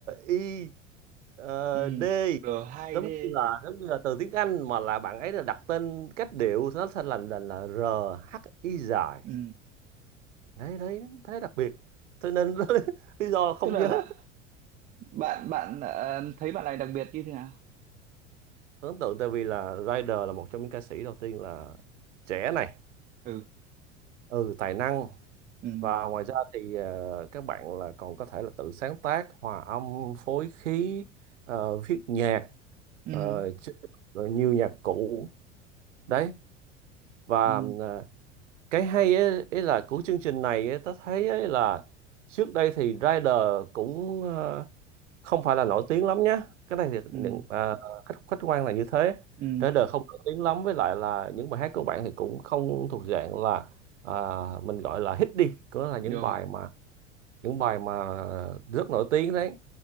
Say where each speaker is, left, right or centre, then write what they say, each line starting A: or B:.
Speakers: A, on the right; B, on the right.
A: I ờ,
B: ừ
A: D
B: R2D
A: giống như là giống như là từ tiếng Anh mà là bạn ấy là đặt tên cách điệu nó thành là là, là R H I dài
B: ừ
A: đấy đấy thế đặc biệt cho nên <laughs> lý do không
B: tức là
A: nhớ
B: bạn bạn bạn ờ, thấy bạn này đặc biệt như thế nào
A: ấn tượng tại vì là Rider là một trong những ca sĩ đầu tiên là trẻ này
B: ừ
A: ừ tài năng
B: ừ
A: và ngoài ra thì ờ, các bạn là còn có thể là tự sáng tác hòa âm phối khí ờ, viết nhạc
B: ừ
A: ờ, chứ- rồi nhiều nhạc cụ đấy và
B: ừ
A: ờ, cái hay ấy, ấy là của chương trình này ấy, ta thấy ấy là trước đây thì Rider cũng ờ, không phải là nổi tiếng lắm nhé cái này thì
B: ừ
A: những à, khách khách quan là như thế
B: ừ
A: trên đời không nổi tiếng lắm với lại là những bài hát của bạn thì cũng không thuộc dạng là à, mình gọi là hit đi có là những
B: được
A: bài
B: rồi
A: mà những bài mà rất nổi tiếng đấy